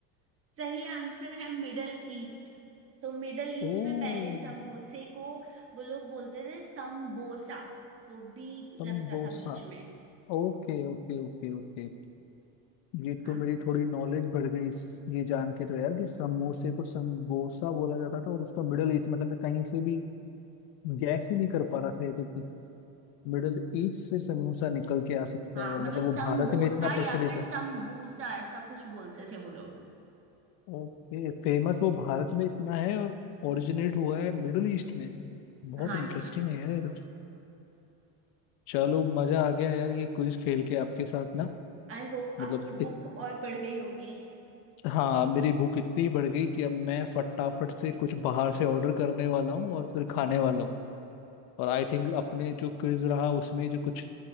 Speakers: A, on the right; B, on the left.
A: सही आंसर है Middle East So Middle East
B: ओ
A: में पहले समोसे को वो लोग बोलते थे समबोसा सो बी
B: sambosa
A: लगता था बीच में
B: okay okay okay okay ये
A: हाँ
B: तो मेरी थोड़ी नॉलेज बढ़ गई इस ये जान के तो यार कि समोसे को संबोसा बोला जाता था और उसका मिडल ईस्ट मतलब मैं कहीं से भी गैस ही नहीं कर पा रहा था ये तो कि मिडिल ईस्ट से समोसा निकल के आ सकता
A: हाँ,
B: है और
A: मतलब
B: मतलब वो
A: समबोसा
B: भारत में इतना
A: या
B: प्रचलित
A: फिर
B: है
A: समबूसा ऐसा कुछ बोलते थे वो लोग
B: ओके फेमस वो भारत में इतना है और ओरिजिनेट हुआ है मिडिल ईस्ट में बहुत
A: हाँ
B: इंटरेस्टिंग
A: जी
B: है यार ये तो चलो मजा आ गया यार ये क्विज खेल के आपके साथ ना
A: आई होप
B: मतलब
A: आपकी
B: इत,
A: भूख और बढ़ गई होगी
B: हाँ मेरी भूख इतनी बढ़ गई कि अब मैं फटाफट से कुछ बाहर से ऑर्डर करने वाला हूँ और फिर खाने वाला हूँ और आई थिंक अपने जो क्विज रहा उसमें जो कुछ